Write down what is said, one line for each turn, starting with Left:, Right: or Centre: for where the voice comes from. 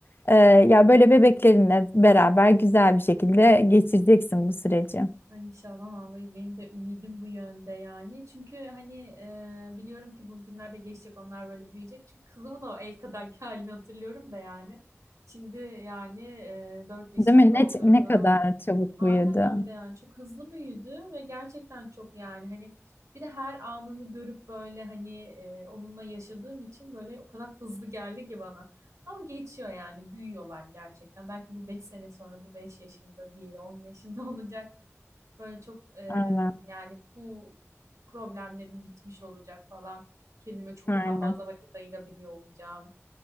Left: E, ya böyle bebeklerinle beraber güzel bir şekilde geçireceksin bu süreci.
Right: Ay İnşallah vallahi benim de ümidim bu yönde yani. Çünkü hani e, biliyorum ki bu günlerde geçecek onlar böyle büyüyecek. Çünkü kızımın o el kadarki <laughs> halini hatırlıyorum da yani. Şimdi yani e, 4 yaşını
Left: Değil mi?
Right: doldurdu.
Left: Ne, ne kadar çabuk
Right: Aynen
Left: büyüdü.
Right: öyle yani çok hızlı büyüdü ve gerçekten çok yani hani bir de her anını görüp böyle hani e, onunla yaşadığım için böyle o kadar hızlı geldi ki bana. Ama geçiyor yani büyüyorlar gerçekten. Belki bir 5 sene sonra bu beş yaşında diğeri 10 yaşında <laughs> olacak. Böyle çok e,
Left: Aynen.
Right: yani bu problemlerim bitmiş olacak falan. Kendime çok
Left: Aynen.
Right: daha fazla vakit ayırabiliyor olacağım.